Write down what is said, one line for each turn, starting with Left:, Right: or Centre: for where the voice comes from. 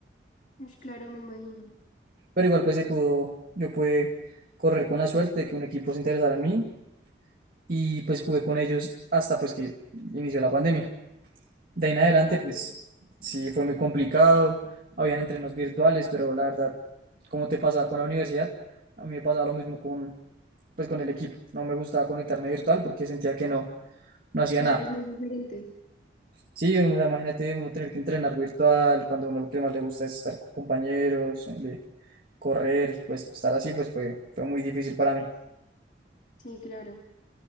Left: Ush, claro, me imagino.
Right: Pero igual, pues se pudo, yo pude correr con la suerte de que un equipo se interesara en mí y pues jugué con ellos hasta pues que inició la pandemia. De ahí en adelante,
Left: Ok,
Right: pues sí, fue muy complicado. Habían entrenos virtuales, pero la verdad, como te pasaba con la universidad, a mí me pasaba lo mismo con, pues, con el equipo. No me gustaba conectarme virtual porque sentía que no, no hacía
Left: claro,
Right: nada.
Left: es muy diferente.
Right: Sí, o sea, imagínate uno tener que entrenar virtual cuando uno lo que más le gusta es estar con compañeros, el- correr, y pues estar así, pues fue, fue muy difícil para mí.
Left: Sí, claro.